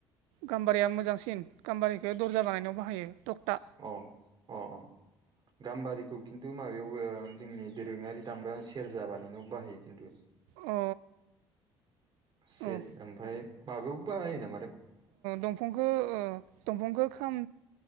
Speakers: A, on the right (about 85°); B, on the right (about 45°).
A: गाम्बारिया मोजांसिन गाम्बारिखौ दर्जा बानायनायाव बाहायो टकथा।
B: अ अ अ। गाम्बारिखौ खिन्थु माबायाव जोंनि दोरोङारि दामग्रा सेरजा बानायनायाव बाहायो खिन्थु
A: अ।
B: सेर
A: औ
B: ओमफ्राय माबायाव बायो नामा
A: दंफांखौ दंफांखौ खाम